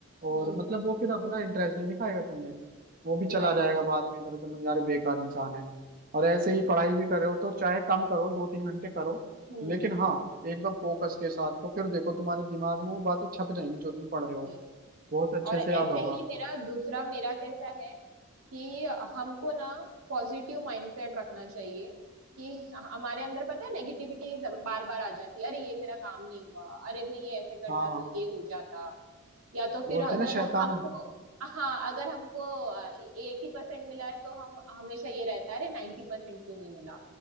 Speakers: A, on the right; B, on the right.
A: हम्म
B: और मतलब वो फिर अपना इंटरेस्ट नहीं दिखाएगा तुम्हें वो भी चला
A: राइट
B: जाएगा बाद में इधर तुम यार बेकार इंसान है और ऐसे ही पढ़ाई भी कर रहे हो तो चाहे कम करो दो तीन घंटे करो
A: हम्म
B: लेकिन हाँ एकदम फोकस के साथ तो फिर देखो तुम्हारे दिमाग में वो बातें छप जाएंगी जो तुम पढ़ रहे हो
A: yes।
B: बहुत अच्छे
A: और ऐसे
B: से याद होगा
A: ही मेरा दूसरा मेरा कैसा है कि हमको ना पॉजिटिव माइंडसेट रखना चाहिए कि हमारे अंदर पता है नेगेटिविटी बार बार आ जाती है अरे ये मेरा काम नहीं हुआ अरे मैं ये ऐसे करता
B: हाँ
A: तो ये हो जाता या तो फिर
B: बोलते
A: अगर
B: हैं ना शैतान
A: हमको हाँ अगर हमको एटी परसेंट मिला है तो हम हमेशा ये रहता है अरे नाइन्टी परसेंट क्यों नहीं मिला